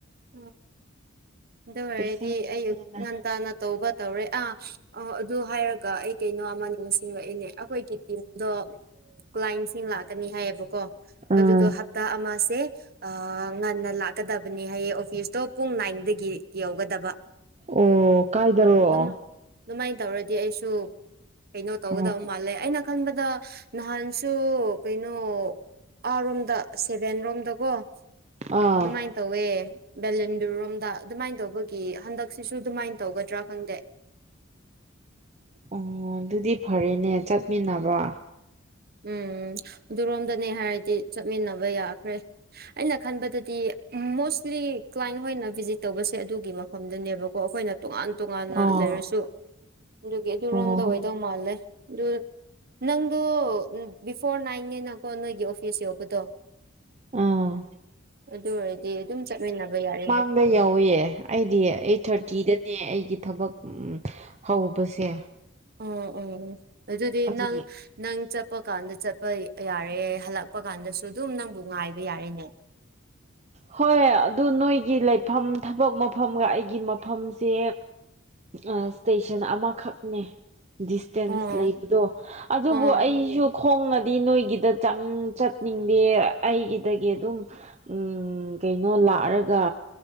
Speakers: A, on the right; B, on the right.
A: ꯑꯣ ꯑꯗꯨ ꯑꯣꯏꯔꯗꯤ
B: ꯄꯩꯁꯥꯒꯤꯅꯦꯅ
A: ꯑꯌꯨꯛ ꯉꯟꯇꯥꯅ ꯇꯧꯕ ꯇꯧꯔꯦ ꯑꯥ ꯑ ꯑꯗꯨ ꯍꯥꯏꯔꯒ ꯑꯩ ꯀꯩꯅꯣ ꯑꯃ__ <unintelligible> ꯅꯤꯡꯁꯤꯡꯂꯛ ꯑꯦꯅꯦ ꯑꯩꯈꯣꯏꯒꯤ ꯇꯤꯝꯗꯣ ꯀ꯭ꯂꯥꯏꯟꯁꯤꯡ ꯂꯥꯛ__ ꯀꯅꯤ ꯍꯥꯏꯌꯦꯕꯥ ꯀꯣ
B: ꯑꯥ
A: ꯑꯗꯨꯗꯣ ꯍꯞꯇꯥ ꯑꯃꯥ ꯁꯦ ꯉꯟꯅ ꯂꯥꯛꯀꯗꯕꯅꯦ ꯍꯥꯏꯌꯦ__ <unintelligible> ꯑꯣꯐꯤꯁꯇꯣ ꯄꯨꯡ ꯅꯥꯏꯟꯗꯒꯤ ꯌꯧꯒꯗꯕ
B: ꯑꯣ ꯀꯥꯏꯗꯔꯣ
A: ꯎꯝ ꯑꯗꯨꯝ__
B: ꯑꯣ
A: ꯑꯗꯨꯃꯥꯏꯅꯥ ꯇꯧꯔꯗꯤ ꯑꯩꯁꯨ ꯀꯩꯅꯣ ꯇꯧꯒꯗꯕ
B: ꯑꯣ
A: ꯃꯥꯜꯂꯦ ꯑꯩꯅꯥ__ ꯈꯟꯕꯗꯥ ꯅꯍꯥꯟꯁꯨ ꯀꯩꯅꯣ ꯑꯥꯔꯣꯝꯗ ꯁꯦꯚꯦꯟ ꯔꯣꯝꯗꯀꯣ
B: ꯑꯥ
A: ꯑꯗꯨꯃꯥꯏꯅ ꯇꯧꯋꯦ ꯕꯦꯂꯟꯗꯨꯔꯔꯣꯝꯗ ꯑꯗꯨꯃꯥꯏꯅ ꯇꯧꯕꯒꯤ ꯍꯟꯗꯛꯁꯤꯁꯨ ꯑꯗꯨꯃꯥꯏꯅ ꯇꯧꯒꯗ꯭ꯔꯥ ꯈꯪꯗꯦ
B: ꯑꯣ ꯑꯗꯨꯗꯤ ꯐꯔꯦꯅꯦ ꯆꯠꯃꯤꯟꯅꯕ
A: ꯎꯝ ꯑꯗꯨꯔꯣꯝꯗꯅꯦ ꯍꯥꯏꯔꯗꯤ ꯆꯠꯃꯤꯟꯅꯕ ꯌꯥꯈ꯭ꯔꯦ ꯑꯩꯅ ꯈꯟꯕꯗꯗꯤ ꯃꯣꯁꯂꯤ ꯀ꯭ꯂꯥꯏꯟ ꯍꯣꯏꯅ ꯚꯤꯖꯤꯠ ꯇꯧꯕꯁꯦ ꯑꯗꯨꯒꯤ ꯋꯥꯐꯝꯗꯅꯦꯕꯀꯣ ꯑꯩꯈꯣꯏꯅ ꯇꯣꯉꯥꯟ ꯇꯣꯉꯥꯟꯅ
B: ꯑꯥ
A: ꯂꯩꯔꯁꯨ ꯑꯗꯨꯒꯤ ꯑꯗꯨꯔꯣꯝꯗ
B: ꯑꯣ
A: ꯑꯣꯏꯅ ꯇꯣꯛ__ <unintelligible> ꯃꯥꯜꯂꯦ ꯗꯨꯏ ꯅꯪꯗꯨ <unintelligible> ꯎꯝ ꯕꯤꯐꯣꯔ ꯅꯥꯏꯟꯅꯦꯅꯥꯀꯣ ꯅꯣꯏꯒꯤ ꯑꯣꯐꯤꯁ ꯌꯧꯕꯗꯣ
B: ꯑꯥ
A: ꯑꯗꯨ ꯑꯣꯏꯔꯗꯤ ꯑꯗꯨꯝ ꯆꯠꯃꯤꯟꯅꯕ ꯌꯥꯔꯦ
B: ꯑꯗ ꯌꯧꯌꯦ ꯑꯩꯗꯤ ꯑꯥꯏꯠ ꯊꯥꯔꯇꯤꯗꯅꯦ ꯑꯩꯒꯤ ꯊꯕꯛ ꯎꯝ__ ꯍꯧꯕꯁꯦ
A: ꯑꯣ ꯑꯣ ꯑꯗꯨꯗꯤ
B: ꯑꯗꯨꯒꯤ
A: ꯅꯪ ꯅꯪ ꯆꯠꯄ ꯀꯥꯟꯗ ꯆꯠꯄ ꯌ ꯌꯥꯔꯦ ꯍꯜꯂꯛꯄ ꯀꯥꯟꯗꯁꯨ ꯑꯗꯨꯝ ꯅꯪꯕꯨ ꯉꯥꯏꯕ ꯌꯥꯔꯦꯅꯦ
B: ꯍꯣꯏ ꯑꯗꯨ ꯅꯣꯏꯒꯤ ꯂꯩꯐꯝ ꯊꯕꯛ ꯃꯐꯝꯒ ꯑꯩꯒꯤ ꯃꯐꯝꯁꯦ ꯑ ꯏꯁꯇꯦꯁꯟ ꯑꯃꯈꯛꯅꯦ ꯗꯤꯁꯇꯦꯟꯁ
A: ꯑꯣ
B: ꯂꯩꯕꯗꯣ ꯑꯗꯨꯕꯨ
A: ꯑꯣ
B: ꯑꯩꯁꯨ ꯈꯣꯡꯅꯗꯤ ꯅꯣꯏꯒꯤꯗ ꯆꯪ ꯆꯠꯅꯤꯡꯗꯦ ꯑꯩꯒꯤꯗꯒꯤ ꯑꯗꯨꯝ ꯎꯝ__ ꯎꯝ ꯀꯩꯅꯣ ꯂꯥꯛꯔꯒ